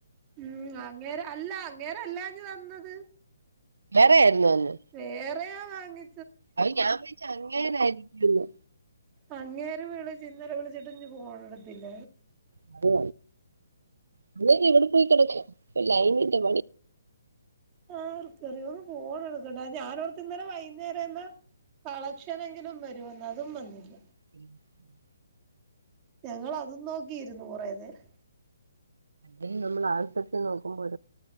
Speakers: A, on the right (about 25°); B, on the right (about 85°).
A: ഉം അങ്ങേര് അല്ല അങ്ങേരല്ലാഞ്ഞ് തന്നത്
B: വേറെ ആയിരുന്നുവെന്ന്
A: വേറെയാ വാങ്ങി
B: അയ ഞാൻ വയ്ച്ച് അങ്ങേരായിരിക്കുംന്ന്
A: അങ്ങേര് വിളിചിന്നലെ വിളിച്ചിട്ട് ഞ്ഞും ഫോണെടുത്തില്ല.
B: ആ ഹ്എല്ലാരും എവിടെ പോയി കിടക്കാ ലൈനിന്റെ
A: ആർക്കറിയോള് ഫോൺ എടുക്കണ്ടാ ഞാനോർത്ത് ഇന്നലെ വൈന്നേരാന്ന് കളക്ഷനെങ്കിലും വരുവെന്ന് അതും വന്നില്ല.
B: <inaudible>
A: ഞങ്ങൾ അതും നോക്കിയിരുന്നു കൊറെ നേരം
B: ഇനി നമ്മൾ ആൾസജ്ജം നോക്കുമ്പോ